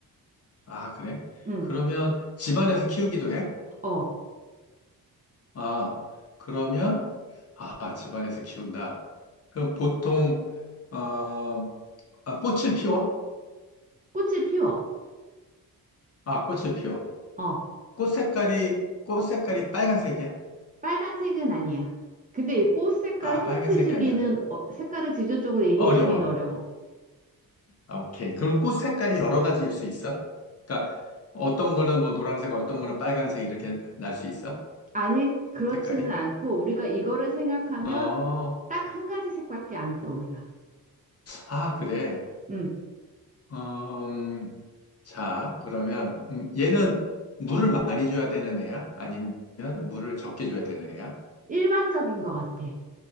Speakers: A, on the left (about 40°); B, on the right (about 25°).
A: 아, 그래?
B: 응,
A: 그러면 집안에서 키우기도 해?
B: 어,
A: 아, 그러면, 아, 집안에서 키운다. 그럼 보통, 어, 아, 꽃을 피워?
B: 꽃을 피워.
A: 아, 꽃을 피워.
B: 어,
A: 꽃 색깔이, 꽃 색깔이 빨간색이야?
B: 빨간색은 아니야. 근데 이 꽃 색깔
A: 아,
B: 힌트
A: 빨간색이
B: 주기는,
A: 아니야.
B: 어, 색깔을 직접적으로 얘기해
A: 어려워.
B: 주기는 어려워.
A: 아, 오케이. 그럼 꽃 색깔이 여러 가지일 수 있어? 그러니까 어떤 거는 뭐 노란색, 어떤 거는 빨간색 이렇게 날 수 있어?
B: 아니, 그렇지는
A: 색깔이?
B: 않고 우리가 이거를 생각하면
A: 어,
B: 딱 한 가지 색밖에 안 떠올라.
A: 아, 그래.
B: 응,
A: 음, 자, 그러면 음, 얘는 물을 많이 줘야 되는 애야? 아니면 물을 적게 줘야 되는 애야?
B: 일반적인 것 같아.